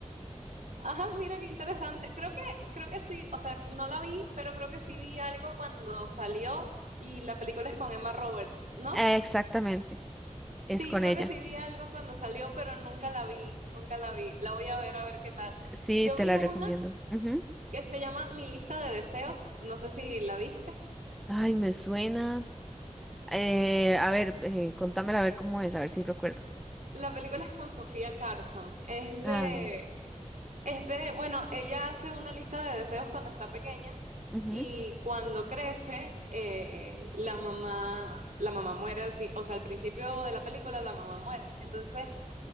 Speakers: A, on the right; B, in the centre.
A: Ajá, mira qué interesante. Creo que, creo que sí, o sea, no la vi, pero creo que sí vi algo cuando salió y la película es con Emma Roberts, ¿no?
B: Eh, Exactamente, es
A: Sí,
B: con
A: creo
B: ella.
A: que sí vi algo cuando salió, pero nunca la vi, nunca la vi. La voy a ver a ver qué tal.
B: Sí,
A: Yo
B: te
A: vi
B: la
A: una
B: recomiendo. Ujú.
A: que se llama Mi lista de deseos, no sé si la viste.
B: Ay, me suena. Eh, a ver, eh, contámela a ver cómo es, a ver si recuerdo.
A: La película es con Sofía Carson, es de
B: Ah, no.
A: Es de, bueno, ella hace una lista de deseos cuando está pequeña
B: Ujú.
A: y cuando crece, eh, la mamá, la mamá muere al fin, o sea, al principio de la película la mamá muere. Entonces,